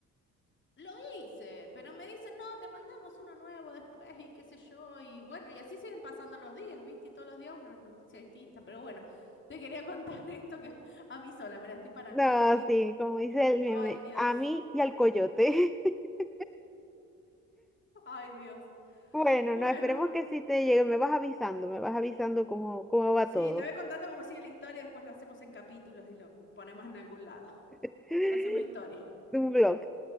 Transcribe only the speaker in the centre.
No,
sí, como dice el meme,
a mí y al coyote. <laughs>
Bueno,
no, esperemos que sí te llegue. Me vas avisando, me vas avisando cómo, cómo va
todo.
<laughs>
Un blog.